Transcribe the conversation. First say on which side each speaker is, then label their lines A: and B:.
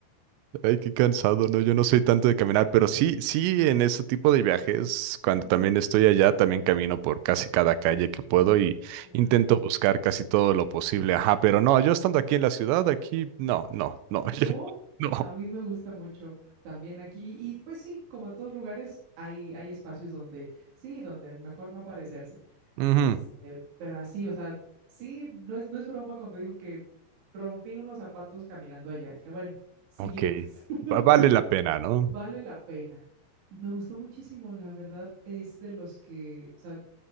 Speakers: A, on the right; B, on the right.
A: Ay, qué cansado, no, yo no soy tanto de caminar, pero sí, sí, en ese tipo de viajes, cuando
B: ujú,
A: también estoy allá, también camino por casi cada calle que puedo y
B: Claro,
A: intento buscar casi todo lo posible, ajá, pero no, yo estando aquí en la ciudad, aquí, no, no, no, <laughs> yo-
B: no,
A: no.
B: a mí me gusta mucho también aquí. Y, y, pues sí, como en todos lugares, hay, hay espacios donde sí, donde mejor no aparecerse.
A: Ujú,
B: Este, pero así, o sea, sí, no es, no es broma cuando te digo que rompí unos zapatos caminando allá. Dije, bueno, siguientes,
A: Ok,
B: <laughs>
A: va- vale la pena, ¿no?
B: vale la pena. Y me gustó muchísimo, la verdad, es de los que, o sea,